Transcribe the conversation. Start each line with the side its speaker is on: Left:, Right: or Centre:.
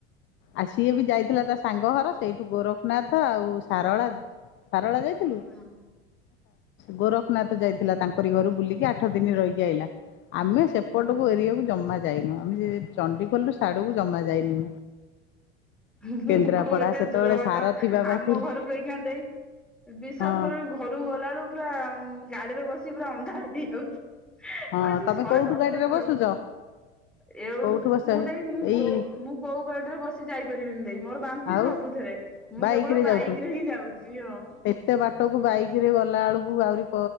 Left: ଆସିଏ ବି ଯାଇଥିଲା ତା ସାଙ୍ଗ ଘର ସେଇଠୁ ଗୋରଖନାଥ ଆଉ ସାରଳା। ସାରଳା ଯାଇଥିଲୁ।
Centre: ହଁ।
Left: ଗୋରଖନାଥ ଯାଇଥିଲା ତାଙ୍କରି ଘରୁ ବୁଲିକି ଆଠ ଦିନ ରହିକି ଆଇିଲା। ଆମେ ସେପଟକୁ
Centre: ହଁ ହଁ
Left: ଏରଆକୁ ଜମା ଯାଇନୁ ଆମେ ସେ ଚଣ୍ଡ ଖୋଲୁ ସଡ଼କୁ ଜମା ଯାଇନି।
Centre: ମୁଁ
Left: କେନ୍ଦ୍ରାପଡା
Centre: କହୁ ଏତେ
Left: ସେତେବେଳେ
Centre: ଦୂର ବାଟ
Left: ସାରଥି ବାବା
Centre: ଆମ
Left: ଥିଲେ
Centre: ଘରକୁ ଏଇ ଖା ଦେଇ। ବିଶ୍ଵାସ
Left: ହଁ
Centre: କରବନି ଘରୁକୁ ଗଲାବେଳୁ ପୁରା ଗାଡିରେ ବସି ପୁରା ଅନ୍ଧାର ହେଇଯାଉଛି।
Left: ହଁ
Centre: କୁ
Left: ତମେ
Centre: ଶହେ
Left: କୋଉଠୁ
Centre: ଦଶ
Left: ଗାଡିରେ
Centre: କିଲୋମିଟର।
Left: ବସୁଛ
Centre: ଏଉଠୁ
Left: କୋଉଠୁ ବସ
Centre: ମୁଁ ଦେଇ ମୁଁ
Left: ଏଇ
Centre: କୋଉ ମୁଁ କୋଉ ଗଡରେ ବସିଯ ଯାଇପାରିବିନି ଦେଇ ମୋର ବାନ୍ତି
Left: ଆଉ
Centre: ସବୁଥିରେ ମୁଁ
Left: ବାଇକ
Centre: କେବଳ ବାଇକ
Left: ଯାଉଥିବୁ
Centre: ରେ ହିଁ ଯାଉଛି ଆଉ।
Left: ଏତେ ବାଟକୁ ବାଇକ ରେ ଗଲା ବେଳକୁ ଆହୁରି